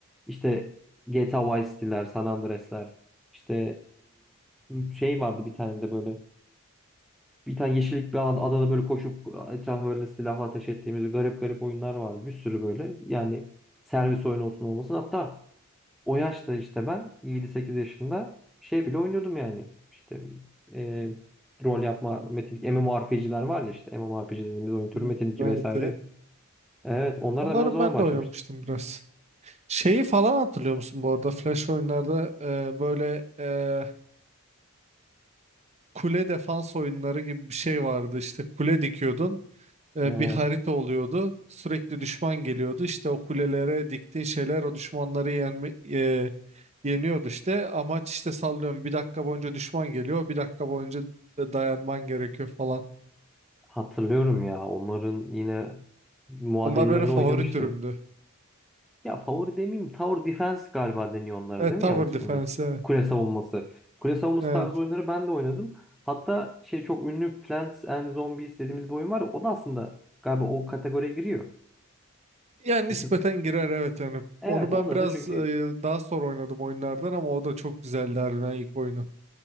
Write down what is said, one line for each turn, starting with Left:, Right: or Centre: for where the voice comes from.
Centre: İşte GTA Vice City'ler, San Andreas'ler işte e, şey vardı bir tane de böyle bir tane yeşillik bir alanda adada böyle koşup etrafa böyle silahla ateş ettiğimiz garip garip oyunlar vardı. Bir sürü böyle yani servis oyunu olsun olmasın hatta o yaşta işte ben 7-8 yaşında şey bile oynuyordum yani. İşte e, rol yapma metinlik MMORPG'ler var ya işte MMORPG dediğimiz oyun türü
Right: Hmm,
Centre: Metin 2
Right: Evet,
Centre: vesaire.
Right: evet.
Centre: Evet onlar
Right: Onları
Centre: da ben o zaman
Right: ben
Centre: başlamıştım.
Right: de oynamıştım biraz. Şeyi falan hatırlıyor musun bu arada? Flash oyunlarda eee, böyle eee, kule defans oyunları gibi bir şey vardı. İşte kule dikiyordun. eee,
Centre: Evet
Right: bir harita oluyordu. Sürekli düşman geliyordu. İşte o kulelere diktiğin şeyler o düşmanları yenme, eee, yeniyordu işte. Amaç işte sallıyorum bir dakika boyunca düşman geliyor. Bir dakika boyunca dayanman gerekiyor falan.
Centre: hatırlıyorum ya onların yine muadillerini
Right: Onlar benim favori
Centre: oynamıştım.
Right: türümdü.
Centre: Ya favori demeyeyim Tower Defense galiba deniyor onlara
Right: Evet
Centre: değil
Right: Tower
Centre: mi? Yanlış
Right: Defense
Centre: bilmiyorsam.
Right: evet.
Centre: Kule savunması. Kule savunması
Right: Evet.
Centre: tarzı oyunları ben de oynadım. Hatta şey çok ünlü Plants and Zombies dediğimiz bir oyun var. O da aslında galiba o kategoriye giriyor.
Right: Yani
Centre: Çünkü
Right: nispeten girer evet yani.
Centre: evet
Right: Onu ben
Centre: onda
Right: biraz
Centre: da çünkü
Right: e, daha sonra oynadım oyunlardan ama o da çok güzeldi harbiden ilk oyunu.